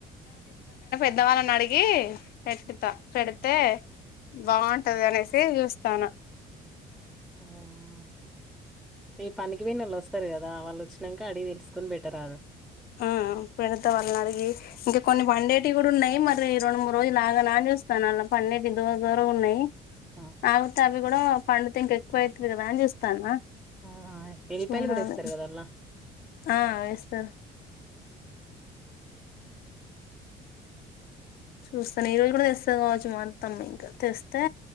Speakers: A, on the left; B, in the centre.
A: పెద్దవాలని అడిగి పెట్టుత పెడితే బాగుంటది అనేసి చూస్తానా
B: <unintelligible> ఈ పనికి పోయినోళ్ళు వస్తారు కదా వాళ్ళు వచ్చినంక అడిగి తెలుసుకొని బెట్టరాదు
A: ఆ పెడత వాళ్ళని అడిగి ఇంకా కొన్ని పండేటి ఉన్ డు ఉన్నాయి మరి రెండు మూడు రోజులు ఆగాల అని చూస్తాన్న అలా పండేటి దూర దూరం ఉన్నయి
B: ఆ
A: ఆగు త అవి కూడా పండుతే ఇంక ఎక్కువ అయితది కదా అని చూస్తాన్న
B: ఆ! ఎల్లిపాయలు
A: చూడాలి
B: కూడా ఏస్తారు కదా అల్లా
A: ఆ వేస్తా చూస్తాను ఈ రోజు కూడా తెస్తది కావచ్చు మా అత్తమ్మ ఇంకా తెస్తే